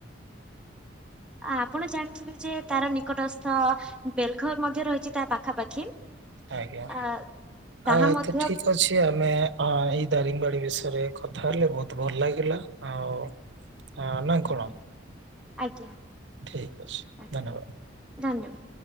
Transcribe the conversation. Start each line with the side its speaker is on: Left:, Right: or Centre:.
Centre: ଆ ଆପଣ ଜାଣିଥିବେ ଯେ ତାର ନିକଟସ୍ଥ ବେଲ୍ ଘର ମଧ୍ୟ ରହିଛି ତା ପାଖାପାଖି?
Right: ଆଜ୍ଞା
Centre: ଆ ତାହା
Right: ଆଉ ଏତ
Centre: ମଧ୍ୟ
Right: ଠିକ୍ ଅଛି ଆମେ ଅଁ ଏଇ ଦାରିଙ୍ଗ୍ ବାଡ଼ି ବିଷୟରେ କଥା ହେଲେ ବହୁତ ଭଲ ଲାଗିଲା। ଆଉ ହଁ ନାଁ
Centre: ଆଜ୍ଞା
Right: କଣ
Centre: ଆଜ୍ଞା
Right: ଠିକ୍ ଅଛି
Centre: ଆଜ୍ଞା
Right: ଧନ୍ୟବାଦ।
Centre: ଧନ୍ୟବାଦ।